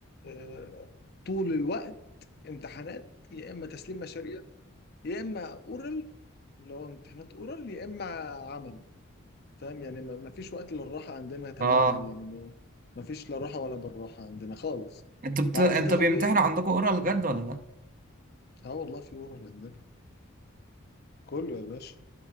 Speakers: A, on the left; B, on the right.
A: آه، طول الوقت امتحانات يا إما تسليم مشاريع يا إما أورال اللي هو امتحانات أورال يا إما عمل فاهم يعني ما ما فيش وقت للراحة عندنا تماما
B: اه
A: يعني ما ما فيش لا راحة ولا بالراحة عندنا خالص
B: انتوا بت...
A: ما
B: انتوا
A: أعرفش ده طبيعي
B: بيمتحنوا عندكم اورال جد ولا لا
A: اه والله في أورال عندنا كله يا باشا